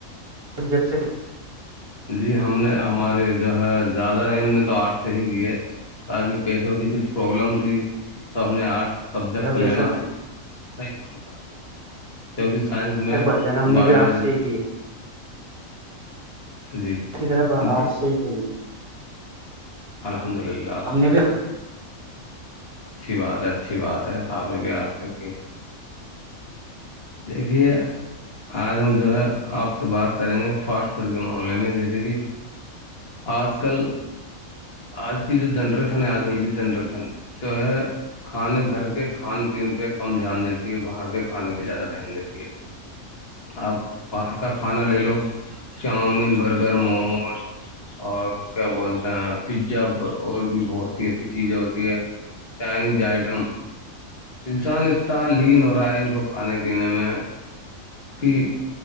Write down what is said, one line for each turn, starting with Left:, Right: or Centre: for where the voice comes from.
Right: سبجیکٹ سے کیا
Left: جی ہم نے ہمارے جو ہے زیادہ نی ہم نے تو آرٹ سے ہی کی ہے تاکہ پیسوں کی کچھ پروابلم تھی تو ہم نے آرٹ تب جک
Right: یہ بے
Left: لینا
Right: شک
Left: صحی سمجھا کیکہ سائنس میتھ
Right: تک بھائی جان ہم نے
Left: بایولوجی
Right: بھی آرٹ سے کی ہے
Left: جی
Right: کی طرف
Left: جی
Right: آرٹ سے ہی
Left: الحمد للہ
Right: ہم نے بھی
Left: اچھی بات ہے اچھی بات ہے آپ نے بار سے کی ہے دیکھیے آج ہم جو ہے آپ سے بات کریں گے فاسٹ فوڈ کے معاملے میں جیسے کہ آج کل آج کی جو جنریشن ہے آج کل کی جنریشن جو ہے کھانے گھر کے کھان پین پہ کم دھیان دیتی ہے باہر کے کھانے پہ زیادہ دھیان دیتی ہے آپ باہر کا کھانا لے لو چاؤمین بر گگر موموز اور کیا بولتے ہیں آپ پیزا اور بھی بہت سی ایسی چیزیں ہوتی ہے چائنیز آئٹم انسان اتنا لین ہو رہا ہے ان کو کھانے پینے میں کہ